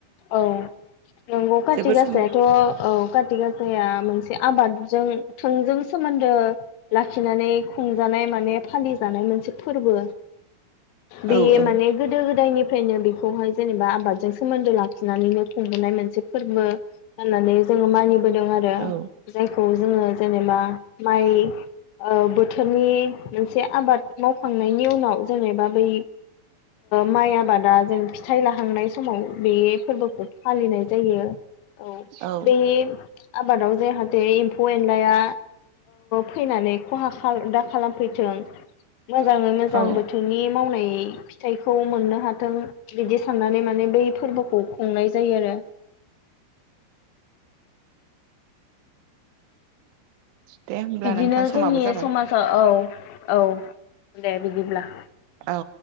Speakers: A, on the left; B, on the right.
A: औ नंगौ काति
B: जोबोर
A: गासायाथ'
B: समाय
A: औ काति गासाया मोनसे आबादजों थोंजों सोमोन्दो लाखि खिनानै खुंजानाय माने फालिजानाय मोनसे फोरबो बेयो
B: औ औ
A: माने गोदो गोदायनिफ्रायनो बे‌ खौहाय जेनेबा आबादजों सोमोन्दो लाखिनानैनो खुंबोनाय मोनसे फोरबो जानानै जोङो मानि बोदों आरो
B: औ
A: जायखौ जोङो जेनेबा माइ औ बोथो बोथोरनि मोनसे आबाद मावखां थांनायनि उनाव जेनेबा बै माइ आबादा जों फिथाइ लाहांनाय समाव बे फोरबोखौ फालिनाय जायो औ
B: औ
A: बे आबादाव जाहाथे एम्फौ एनलाया फैनानै खहा दा खालामफैथों मोजाङै मोजां
B: औ
A: बोथोरनि मावनाय फिथाइखौ मोननो हाथों बिदि साननानै माने बै फोरबोखौ खुंनाय जायो आरो
B: दे होमब्ला
A: बिदिनो
B: नोंथां समाबो
A: जोंनि
B: जाबाय
A: समाजाव औ औ दे बिदिब्ला
B: औ